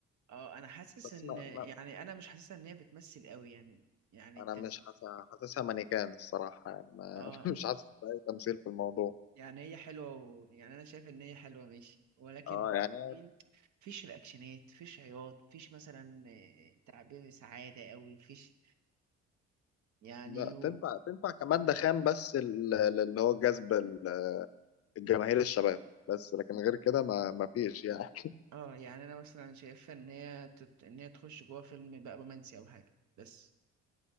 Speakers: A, on the right; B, on the left.
A: اه انا حاسس
B: بس
A: ان
B: ما,
A: يعني
B: ما
A: انا مش حاسسها ان هي بتمثل قوي يعني يعني
B: انا
A: انت
B: مش حاسس حاسسها مانيكان الصراحه يعني ما
A: اه
B: <laughs> مش حاسس باي تمثيل في الموضوع
A: يعني هي حلوه و... يعني انا شايف ان هي حلوه ماشي ولكن
B: اه يعني
A: في- فيش رياكشنات فيش عياط فيش مثلا آه، تعبير سعاده قوي فيش يعني
B: لا
A: و...
B: تنفع تنفع كمادة خام بس ال- ال- اللي هو جذب ال- الجماهير الشباب بس لكن غير كده ما ما فيش يعني
A: اه يعني انا مثلا شايفها ان هي تت... ان هي تخش جوه فيلم بقى رومانسي او حاجه بس